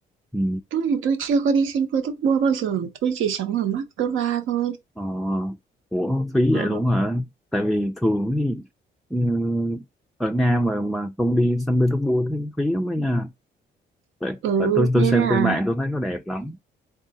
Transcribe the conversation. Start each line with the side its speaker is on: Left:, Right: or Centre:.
Centre: ừ.
Right: tôi thì tôi chưa có đi sang Petersburg bao giờ, tôi chỉ sống ở Moscow thôi.
Centre: ờ, ủa phí
Right: Ờ,
Centre: vậy luôn hả tại vì thường thì ừ, ở Nga mà mà không đi Saint Petersburg thì phí lắm đó nha tại,
Right: ừ,
Centre: tại tôi
Right: nên
Centre: tôi xem
Right: là
Centre: trên mạng tôi thấy nó đẹp lắm